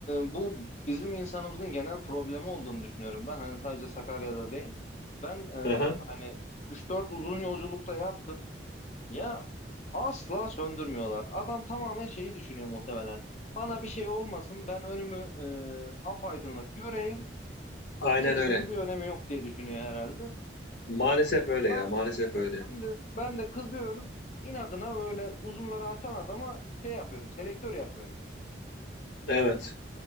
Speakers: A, on the left (about 40°); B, on the left (about 70°).
A: e, bu bizim insanımızın genel problemi olduğunu düşünüyorum ben. Hani sadece Sakarya'da değil. Ben e,
B: Hı hı.
A: hani üç dört uzun yolculukta yaptım. Ya asla söndürmüyorlar. Adam tamamen şeyi düşünüyor muhtemelen. Bana bir şey olmasın ben önümü e, apaydınlık göreyim.
B: Aynen
A: Gerisinin
B: öyle.
A: bir önemi yok diye düşünüyor herhalde.
B: Maalesef öyle
A: Ha
B: ya, maalesef öyle.
A: ben de ben de kızıyorum. İnadına öyle uzunları açan adama şey yapıyorum, selektör yapıyorum.
B: Evet.